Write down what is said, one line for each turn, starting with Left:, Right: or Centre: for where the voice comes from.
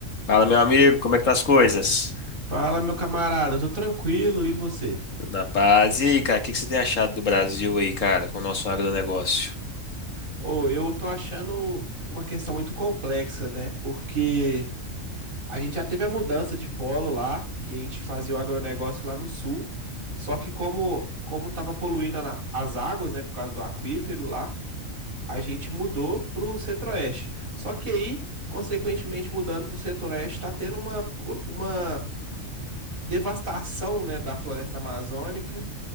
Left: Fala, meu amigo, como é que tá as coisas?
Right: Fala, meu camarada, eu tô tranquilo, e você?
Left: Tudo Na paz. E aí, cara, o que que você tem achado do Brasil aí, cara, com o nosso agronegócio?
Right: Ô, eu tô achando uma questão muito complexa, né? Porque a gente já teve a mudança de polo lá, que a gente fazia o agronegócio lá no sul, só que como, como tava poluindo a na- as águas, né, por causa do aquífero lá, a gente mudou pro centro-oeste. Só que aí, consequentemente, mudando pro centro-oeste, tá tendo uma, po- uma devastação, né, da floresta amazônica,